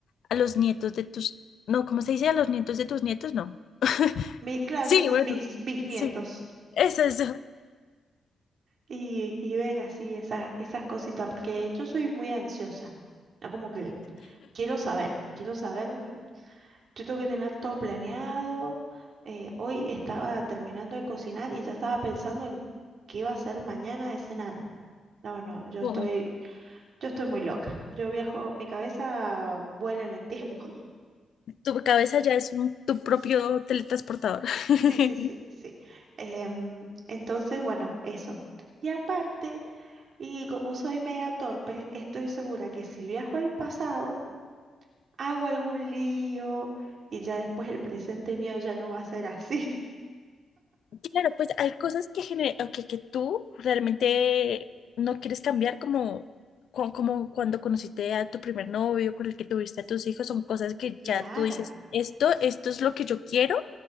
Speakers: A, on the left; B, on the right.
A: a los nietos de tus, no, ¿cómo se dice? A los nietos de tus nietos, no. <laughs>
B: mi, claro,
A: Sí,
B: sí,
A: bueno,
B: mis bisnietos
A: sí, eso es.
B: y, y ver así esa, esas cositas, porque yo soy muy ansiosa, ¿no? Como que quiero saber, quiero saber, mm, yo tengo que tener todo planeado, eh, hoy estaba terminando de cocinar y ya estaba pensando en qué iba a hacer mañana de cenar. No, no, yo
A: Como
B: estoy... Yo estoy muy loca. Yo viajo, mi cabeza vuela en el tiempo.
A: tu cabeza ya es un- tu propio teletransportador. <laughs>
B: Sí, sí, sí, sí. Em, entonces, bueno, eso. Y aparte, y como soy media torpe, estoy segura que si viajo al pasado, hago algún lío y ya después el presente mío ya no va a ser así. <laughs>
A: Claro, pues hay cosas que, gener- o que, que tú realmente no quieres cambiar, como, cu- como cuando conociste a tu primer novio, con el que tuviste a tus hijos, son cosas que
B: Claro,
A: ya tú dices, esto, esto es lo que yo quiero